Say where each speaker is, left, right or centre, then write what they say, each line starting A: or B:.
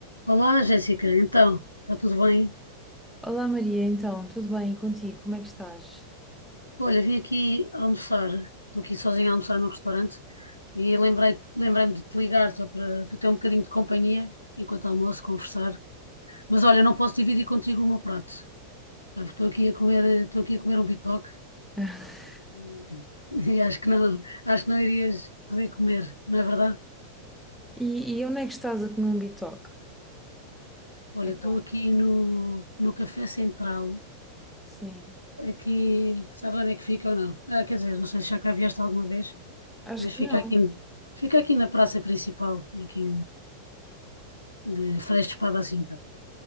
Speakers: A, on the left; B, in the centre.
A: Olá, Jéssica. Então, está tudo bem?
B: Olá Maria, então, tudo bem contigo? Como é que estás?
A: Olha, vim aqui almoçar. Estou aqui sozinha a almoçar num restaurante e lembrei, lembrei-me de te ligar só para, para ter um bocadinho de companhia enquanto almoço, conversar. Mas olha, não posso dividir contigo o meu prato. Ah, Estou aqui a comer, estou aqui a comer um bitoque
B: <laughs>
A: e, <laughs> e acho que não, acho que não irias poder comer, não é verdade?
B: E, e onde é que estás a comer um bitoque
A: Olha,
B: agora?
A: estou aqui no, no Café Central.
B: Sim,
A: Aqui, sabes onde é que fica ou não? Ah, quer dizer, não sei se já cá vieste alguma vez.
B: acho
A: Mas
B: que
A: fica
B: não.
A: aqui, fica aqui na praça principal, aqui de, de Freixo de Espada à Cinta.